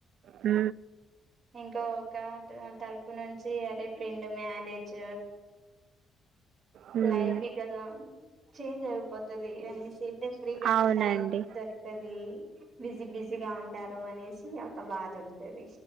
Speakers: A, on the right; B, on the right.
A: మ్
B: ఇంకా ఒక తరపు నుంచి అదే ఫ్రెండ్ మ్యారేజ్
A: మ్మ్.
B: లైఫ్ ఇగల్ చెంజ్ అయిపొతేది అనేసి ఫ్రీగా
A: అవునండి
B: టైమ్ ఉంటాది <unintelligible> బిజీ బిజీగా ఉంటారు అనేసి ఒక బాధ ఉంటది